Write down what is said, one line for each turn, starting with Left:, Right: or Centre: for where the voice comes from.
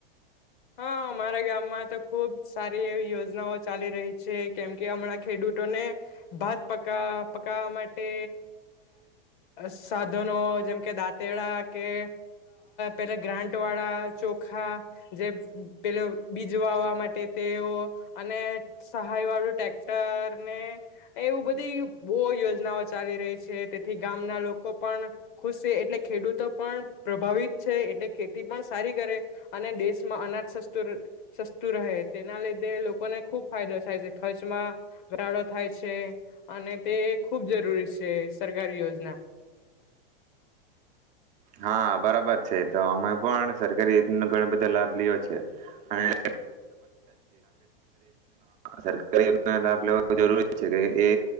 Left: હા અમારા ગામમાં તો ખુબ સારી એવી યોજનાઓ ચાલી રહી છે કેમ કે હમણાં ખેડૂતોને ભાત પક પકવા માટે સાધનો જેમ કે દાંતડા કે પેલા ગ્રાન્ટ વાળા ચોખા જે પેલો બીજ વાવવા માટે તેઓ અને સહાય વાળું ટ્રેક્ટર ને એવું બધી બહ યોજનાઓ ચાલી રહી છે તેથી ગામના લોકો પણ ખુશ છે એટલે ખેડૂતો પણ પ્રભાવિત છે એટલે ખેતી પણ સારી કરે અને દેશમાં અના સસ્તું સસ્તું રહે તેના લીધે લોકોને ખૂબ ફાયદો થાય છે ખર્ચમાં ઘરાાડો થાય છે અને તે ખૂબ જરૂરી છે સરકારી યોજના
Right: હા બરાબર છે તો અમે પણ સરકારી યોજનાનો ઘણા બધા લાભ લી છે અનેણ સર લાભ લે જરૂરી છે કે એ